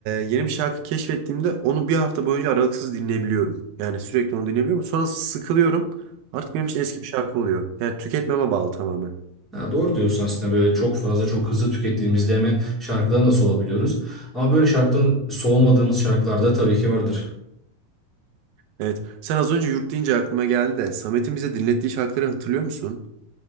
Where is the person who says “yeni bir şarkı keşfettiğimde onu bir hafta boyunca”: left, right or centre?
Right